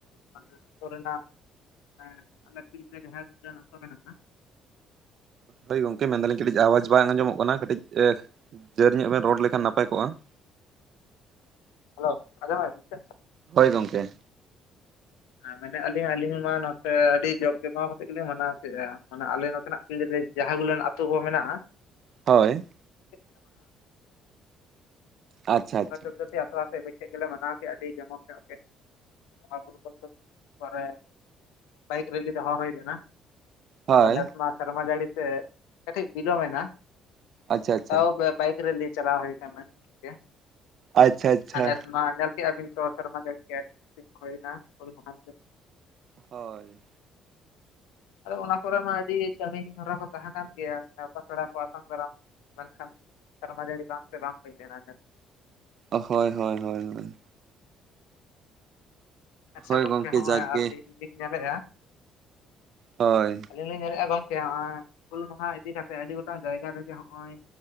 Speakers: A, on the left; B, on the right.
A: ᱢᱟᱱᱮ ᱟᱹᱛᱳ ᱨᱮᱱᱟᱜ ᱮᱸᱻ ᱟᱞᱮ ᱟᱛᱳ ᱪᱮᱛᱟᱱ ᱡᱟᱦᱟ, ᱡᱟᱦᱟ ᱟᱛᱳ ᱢᱮᱱᱟᱜ-ᱟ᱾
B: ᱦᱳᱭ ᱜᱚᱝᱠᱮ ᱢᱮᱱ ᱫᱟᱹᱞᱤᱧ ᱠᱟᱹᱴᱤᱡ ᱟᱣᱟᱡᱽ ᱵᱟᱝ ᱟᱸᱡᱚᱢᱚᱜ ᱠᱟᱱᱟ᱾ ᱠᱟᱹᱴᱤᱡ ᱡᱟᱹᱨ ᱧᱚᱜ ᱵᱮᱱ ᱨᱚᱲ ᱞᱮᱠᱷᱟᱱ ᱱᱟᱯᱟᱭ ᱠᱚᱜ-ᱟ ᱾
A: ᱦᱮᱞᱳ ᱟᱸᱡᱚᱢ ᱮᱜ-ᱟ ᱟᱵᱤᱱ ᱥᱮ?
B: ᱦᱳᱭ ᱜᱚᱢᱠᱮ
A: ᱢᱮᱱᱮᱫ ᱟᱹᱞᱤᱧ ᱟᱹᱞᱤᱧ ᱢᱟ ᱱᱚᱛᱮ ᱟᱹᱰᱤ ᱡᱳᱜᱽ ᱡᱚᱢᱟᱣ ᱠᱟᱛᱮᱫ ᱜᱮᱞᱤᱧ ᱢᱟᱱᱟᱣ ᱠᱮᱫᱼᱟ ᱾ ᱢᱟᱱᱮ ᱟᱞᱮ ᱱᱚᱛᱮᱱᱟᱜ ᱯᱤᱲ ᱨᱮ ᱡᱟᱦᱟᱸ ᱜᱩᱞᱟ. ᱱ ᱟᱛᱳ ᱠᱚ ᱢᱮᱱᱟᱜᱼᱟᱼᱼ
B: ᱦᱳᱭ
A: <unintelligible>
B: ᱟᱪᱪᱷᱟ ᱟᱪᱪᱷᱟ
A: ᱛᱚ ᱟᱛᱮ ᱢᱤᱫᱴᱮᱡ ᱜᱮᱞᱮ ᱢᱟᱱᱟᱣ ᱠᱮᱜᱼᱟ ᱟᱹᱰᱤ ᱡᱚᱢᱚᱠ ᱧᱚᱜ ᱜᱮ ᱵᱚᱸᱜᱟᱼ ᱵᱩᱨᱩ ᱠᱚ ᱯᱚᱨᱮᱼᱼ ᱵᱟᱭᱤᱠ ᱨᱮᱞᱤ ᱫᱚᱦᱚ ᱦᱳᱭ ᱞᱮᱱᱟ
B: ᱦᱳᱭ
A: ᱟᱫᱚ ᱱᱮᱥ ᱢᱟᱼᱼ ᱥᱮᱨᱢᱟ ᱡᱟᱹᱲᱤ ᱛᱮ ᱠᱟᱹᱴᱤᱡ ᱵᱤᱞᱚᱢ ᱮᱱᱟ
B: ᱟᱪᱪᱷᱟ ᱟᱪᱪᱷᱟ
A: ᱛᱟᱣ ᱵᱟᱭᱤᱠ ᱨᱮᱞᱤ ᱪᱟᱞᱟᱣ ᱦᱩᱭᱩᱜᱼᱼ ᱠᱟᱱᱟ ᱴᱷᱤᱠᱟ.
B: ᱟᱪᱪᱷᱟ ᱟᱪᱪᱷᱟ
A: ᱟᱨ ᱱᱮᱥ ᱢᱟ ᱦᱟᱱᱮ ᱠᱮ ᱟᱹᱵᱤᱱ ᱥᱚᱦᱚ ᱥᱮᱨᱢᱟ ᱡᱟᱹᱲᱤ <unintelligible> ᱦᱳᱭ ᱱᱟ ᱦᱩᱞ ᱢᱟᱦᱟᱼᱼ
B: ᱦᱳᱭ
A: ᱟᱫᱚ ᱚᱱᱟ ᱠᱚᱨᱮ ᱢᱟ ᱟᱹᱰᱤ ᱠᱟᱹᱢᱤ ᱦᱚᱨᱟ ᱠᱚ ᱛᱟᱦᱮᱸ ᱠᱟᱱ ᱜᱮᱭᱟ ᱱᱮᱶᱛᱟ ᱯᱮᱲᱟ ᱠᱚ ᱟᱛᱟᱝ ᱫᱟᱨᱟᱢ ᱢᱮᱱᱠᱷᱟᱱᱼᱼ ᱥᱮᱨᱢᱟ ᱡᱟᱹᱲᱤ ᱵᱟᱝᱠᱛᱮ ᱵᱟᱝ ᱦᱩᱭ ᱞᱮᱱᱟ ᱱᱮᱥᱼᱼ
B: ᱦᱳᱭ ᱦᱳᱭ ᱦᱳᱭ
A: ᱟᱪᱪᱷᱟ
B: ᱦᱳᱭ
A: ᱜᱚᱝᱠᱮ
B: ᱜᱚᱢᱠᱮ
A: ᱦᱚᱸᱼᱚᱭ
B: ᱡᱟᱜᱽᱜᱮ
A: ᱟᱹᱞᱤᱧ ᱞᱤᱧ ᱧᱮᱞᱮᱫᱼᱟᱼᱼ
B: ᱦᱳᱭ
A: ᱟᱹᱞᱤᱧ ᱞᱤᱧ ᱧᱮᱞᱮᱫᱼᱟ ᱜᱚᱝᱠᱮ ᱱᱚᱜᱼᱚᱭ ᱦᱩᱞ ᱢᱟᱦᱟ ᱤᱫᱤ ᱠᱟᱛᱮᱜ ᱟᱹᱰᱤ ᱜᱚᱴᱟᱝ ᱡᱟᱭᱜᱟ ᱨᱮᱜᱮ ᱱᱚᱜᱼᱚᱭᱼᱼ